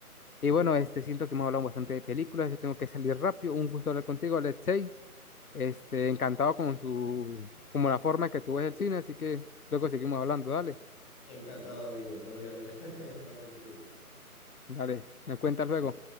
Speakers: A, on the left (about 75°); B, on the left (about 25°).
A: Y bueno, este, siento que hemos hablado bastante de películas. Yo tengo que salir rápido. Un gusto hablar contigo, Alexei. Este, encantado con su, como la forma que tú ves el cine. Así que luego seguimos hablando. Dale,
B: Encantado, amigo. Me voy a ver. <laughs> No Respires.
A: dale. Me cuentas luego.